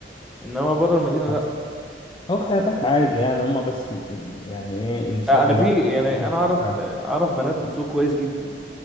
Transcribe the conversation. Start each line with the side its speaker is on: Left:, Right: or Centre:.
Centre: انما بره المدينة
Left: بس
Centre: لا
Left: هو خلي بالك عادي يعني هما بس ال- ال- يعني ايه الشعب
Centre: آه، انا
Left: اللي
Centre: في يعني
Left: واخد
Centre: انا اعرف
Left: فكرة
Centre: آه، اعرف بنات بتسوق كويس جدا